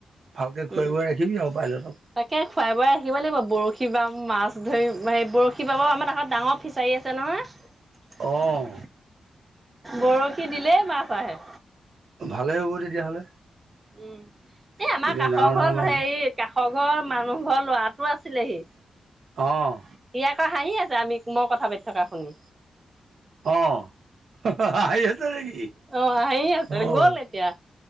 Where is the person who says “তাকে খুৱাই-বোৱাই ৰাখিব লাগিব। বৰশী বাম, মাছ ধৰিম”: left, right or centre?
Right